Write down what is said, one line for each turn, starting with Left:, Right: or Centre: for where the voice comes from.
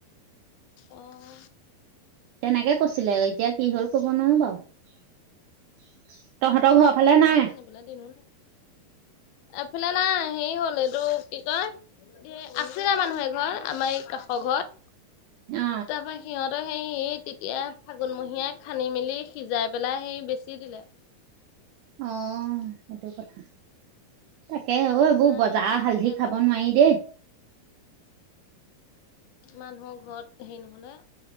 Left: অহ।
Right: তেনেকে কৈছিলে এতিয়া কি হ'ল কব
Left: তাকে
Right: নোৱাৰো বাৰু। তহঁতৰ ঘৰৰ ফালে নাই?
Left: <unintelligible> এফালে নাই হেৰি হ'ল এইটো কি কয় এ আছিলে মানুহ এঘৰ, আমাৰ এই কাষৰ ঘৰত।
Right: অ
Left: তাৰপৰা সিহঁতে সেই তেতিয়া ফাগুনমহীয়াই খান্দি মেলি সিজাই পেলাই সেই বেচি দিলে।
Right: অহ, সেইটো কথা। তাকেহে অ', এইবোৰ
Left: নাই
Right: বজাৰৰ
Left: এতিয়ালৈকে
Right: হালধি
Left: আমাৰ
Right: খাব
Left: ঘৰত
Right: নোৱাৰি দেই।
Left: মানুহৰ ঘৰত হেৰি নহ'লে।